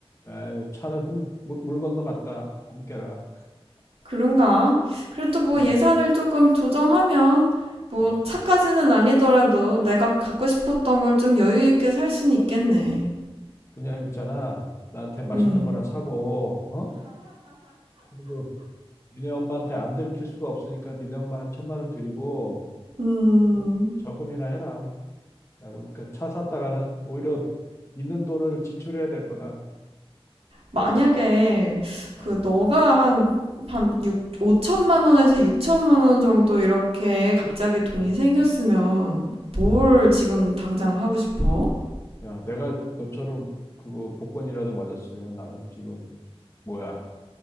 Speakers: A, on the left; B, on the right.
A: 에이, 차는 꿈, 물, 물 건너 갔다. 꿈 깨라.
B: 그런가? 그래도 뭐
A: 어,
B: 예산을 조금 조정하면 뭐
A: 어.
B: 차까지는 아니더라도 내가 갖고 싶었던 걸 좀 여유 있게 살 수는 있겠네.
A: 그냥 있잖아. 나한테 맛있는
B: 음.
A: 거나 사고, 어? 그리고 니네 엄마한테 안 들킬 수가 없으니까 니네 엄마 한 천만 원 드리고
B: 음.
A: 어? 저금이나 해라. 내가 보니까 차 샀다가는 오히려 있는 돈을 지출해야 될 거다.
B: 만약에
A: 어,
B: 그 너가 한한 6, 5천만 원에서 6천만 원 정도 이렇게 갑자기 돈이
A: 음,
B: 생겼으면 뭘
A: 어.
B: 지금 당장 하고 싶어?
A: 야, 내가 너처럼 그거 복권이라도 맞았으면 나는 지금 뭐야?